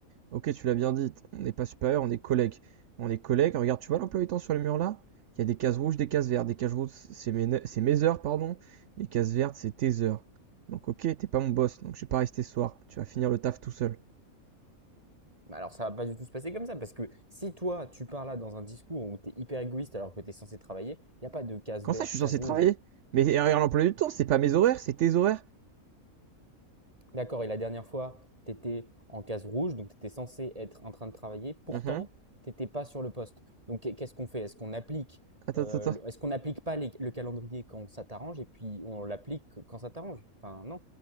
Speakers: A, on the right (about 60°); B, on the right (about 25°).
A: Ok, tu l'as bien dit. On n'est pas supérieur, on est collègues. On est collègues. Regarde, tu vois l'emploi du temps sur le mur là? Il y a des cases rouges, des cases vertes. Des cases rouges, c'est mes, ne- c'est mes heures, pardon. Les cases vertes, c'est tes heures. Donc, ok, t'es pas mon boss, donc je vais pas rester ce soir. Tu vas finir le taf tout seul.
B: Bah alors ça va pas du tout se passer comme ça, parce que si toi tu parles là dans un discours où tu es hyper égoïste alors que tu es censé travailler, il n'y a pas de case
A: Comment
B: verte,
A: ça, je suis
B: case
A: censé
B: rouge.
A: travailler? Mais regarde l'emploi du temps, c'est pas mes horaires, c'est tes horaires.
B: D'accord, et la dernière fois, tu étais en case rouge, donc tu étais censé être en train de travailler, pourtant
A: Mhm.
B: tu n'étais pas sur le poste. Donc qu'est- ce qu'on fait Est-ce qu'on applique
A: Attends,
B: euh,
A: attends, attends.
B: Est-ce qu'on n'applique pas les- le calendrier quand ça t'arrange et puis on l'applique quand ça t'arrange Enfin non.